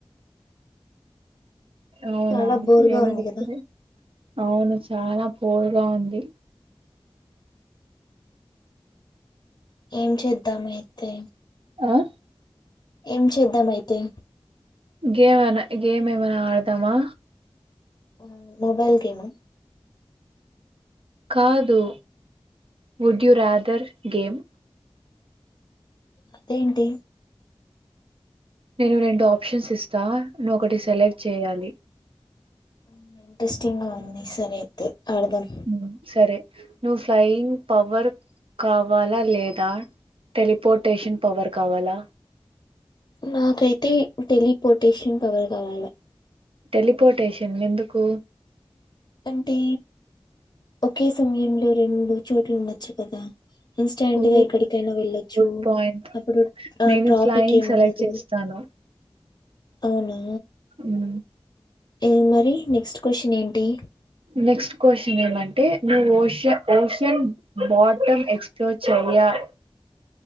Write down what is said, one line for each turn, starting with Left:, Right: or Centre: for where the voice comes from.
Right: అవునా,
Left: చాలా బోర్గా
Right: నేను
Left: ఉంది కదా
Right: <unintelligible> తే. అవును, చాలా పూర్ గా ఉంది.
Left: ఏం చేద్దాం అయితే,
Right: ఆ.
Left: ఏం చేద్దాం అయితే.
Right: గేమ్ అనా, గేమ్ ఏమన్నా ఆడదామా.
Left: ఆ మొబైల్ గేమా.
Right: కాదు, వుడ్ యు రాదర్ గేమ్.
Left: అదేంటి?
Right: నేను రెండు ఆప్షన్స్ ఇస్తా, నువ్ ఒకటి సెలెక్ట్ చేయాలి.
Left: ఉమ్. ఇంట్రెస్టింగ్ గా ఉంది, సరే అయితే. ఆడదాం
Right: ఉమ్ సరే. నువ్వు ఫ్లయింగ్ పవర్ కావాలా లేదా? టెలిపోర్టేషన్ పవర్ కావాలా?
Left: నాకైతే, టెలిపోర్టేషన్ పవర్ కావాలే.
Right: టెలిపోర్టేషన్ ఎందుకు?
Left: అంటే, ఒకే సమయంలో రెండు చోట్లు ఉండొచ్చు కదా. ఇన్స్టాంట్గా
Right: ఓ
Left: ఎక్కడికైనా వెళ్ళొచ్చు,
Right: గుడ్ పాయింట్
Left: అప్పుడు
Right: నేను
Left: ట్రాఫిక్
Right: ఫ్లయింగ్
Left: ఏమిండదు.
Right: సెలెక్ట్ చేస్తాను
Left: అవునా
Right: మ్ఉ
Left: ఏం మరి నెక్స్ట్ క్వశ్చన్ ఏంటి?
Right: నెక్స్ట్ క్వశ్చన్ ఏం అంటే నువ్వు ఓష ఓషన్ బాటమ్ ఎక్స్ప్లోర్ చేయాలి.